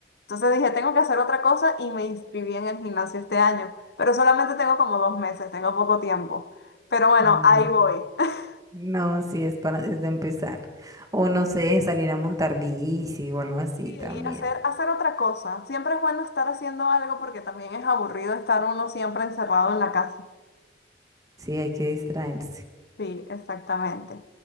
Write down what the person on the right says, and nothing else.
Mm,
No, si es para desde empezar. O no sé, salir a montar bici o algo así
también.
Sí, hay que distraerse.